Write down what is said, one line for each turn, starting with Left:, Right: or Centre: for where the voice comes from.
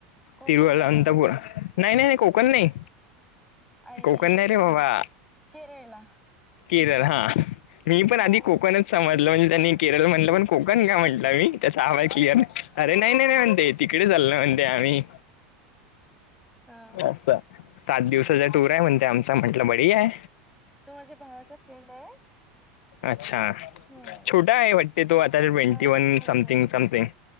Centre: कोकणला
Left: तिरुव अनंतपुरा
Centre: चालला तो
Left: नाही नाही नाही कोकण नाही
Centre: अरे
Left: कोक
Centre: हे
Left: नाही रे बाबा
Centre: केरळला
Left: केरळ हा मी पण
Centre: हा
Left: आधी कोकणच समजल म्हणजे त्यांनी केरळ म्हटलं पण कोकण का म्हटलं मी त्याचा आवाज क्लिअर आहे अर नाही नाही म्हणतेेत तिकडे चाललं म्हणते आम्ही
Centre: हा हम्म.
Left: असा सात दिवसाचा टूर आहे म्हण ते आमचा म्हटलं बडी आहे
Centre: तो माझ्या भावाचा फ्रेंड आहे
Left: अच्छा
Centre: हम्म
Left: छोटा आहे वाटते तो आता ट्वेंटी
Centre: हा
Left: वन
Centre: छोटा
Left: समथिंग
Centre: आहे
Left: समथिंग